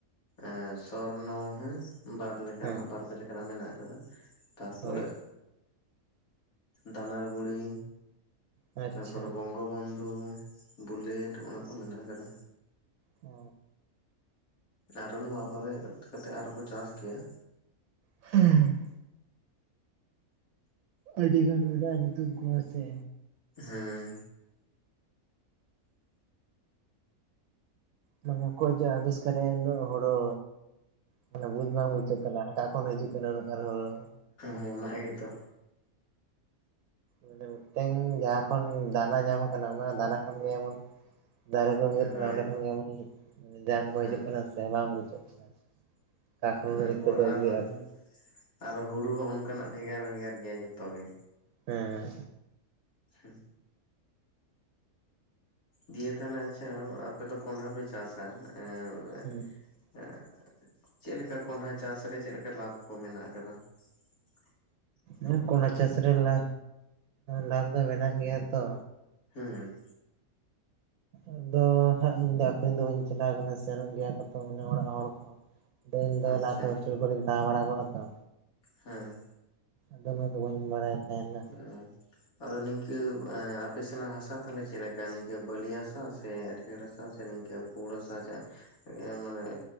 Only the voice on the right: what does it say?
ᱦᱮᱸ
ᱦᱳᱭ
ᱟᱪᱪᱷᱟ
ᱚᱻ᱾
ᱦᱩᱸ᱾ ᱟᱹᱰᱤ ᱜᱟᱱ ᱢᱮᱱᱟᱜ-ᱟ ᱧᱩᱛᱩᱢ ᱠᱚ ᱦᱮᱸ ᱥᱮ᱾
ᱢᱟᱱᱮ ᱚᱠᱚᱭ ᱡᱮ ᱟᱵᱤᱥᱠᱟᱨᱮᱜ-ᱟᱭ ᱩᱱᱟᱹᱜ ᱦᱚᱲᱳ᱾ ᱢᱟᱱᱮ ᱵᱩᱡᱽ ᱵᱟᱝ ᱵᱩᱪᱩᱜ ᱠᱟᱱᱟ ᱚᱠᱟ ᱠᱷᱚᱱ ᱦᱤᱡᱩᱜ ᱠᱟᱱᱟ ᱩᱱᱟᱹᱜ ᱟᱨᱚ ᱦᱚᱲᱳ᱾
ᱢᱟᱱᱮ ᱢᱤᱫᱴᱮᱱ ᱡᱟᱦᱟᱸ ᱠᱷᱚᱱ ᱫᱟᱱᱟ ᱧᱟᱢ ᱟᱠᱟᱱᱟ ᱚᱱᱟ ᱫᱟᱱᱟ ᱠᱷᱚᱱ ᱜᱮ ᱮᱢᱚᱱ ᱫᱟᱨᱮ ᱠᱚ ᱦᱩᱭᱩᱜ ᱠᱟᱱᱟ
ᱚᱸᱰᱮ ᱠᱷᱚᱱ ᱜᱮ ᱮᱢᱚᱱ ᱡᱟᱝ ᱠᱚ
ᱦᱤᱡᱩᱜ ᱠᱟᱱᱟ ᱥᱮ ᱵᱟᱝ ᱵᱩᱪᱩᱜ ᱠᱟᱱᱟ᱾ ᱚᱠᱟ ᱠᱷᱚᱱ ᱩᱱᱟᱹᱜ
ᱤᱛᱟᱹ
ᱠᱚ ᱟᱹᱜᱩᱭᱮᱜᱼᱟ
ᱦᱮᱸ᱾
ᱦᱩᱸ
ᱦᱮᱸ ᱠᱚᱱᱰᱷᱟ ᱪᱟᱥ ᱨᱮ ᱞᱟ ᱞᱟᱵᱷ ᱫᱚ ᱢᱮᱱᱟᱜ ᱜᱮᱭᱟ ᱛᱚ᱾
ᱟᱫᱚ ᱦᱟᱸᱜ ᱤᱧ ᱫᱚ ᱟᱠᱷᱨᱤᱧ ᱫᱚ ᱵᱟᱹᱧ ᱪᱟᱞᱟᱣ ᱠᱟᱱᱟ ᱥᱮᱱᱚᱜ ᱜᱮᱭᱟ ᱠᱚᱛᱚ ᱚᱱᱮ ᱚᱲᱟᱜ ᱦᱚᱲ ᱠᱚ᱾ ᱟᱫᱚ ᱤᱧ ᱫᱚ
ᱞᱟᱦᱟ ᱛᱮ ᱦᱳᱥᱴᱮᱞ ᱠᱚᱨᱤᱧ ᱛᱟᱦᱮᱸ ᱵᱟᱲᱟ ᱠᱚᱜ-ᱟ ᱛᱚ᱾
ᱟᱫᱚ ᱩᱱᱟᱹᱜ ᱫᱚ ᱵᱟᱹᱧ ᱵᱟᱲᱟᱭ ᱛᱟᱦᱮᱱᱟ᱾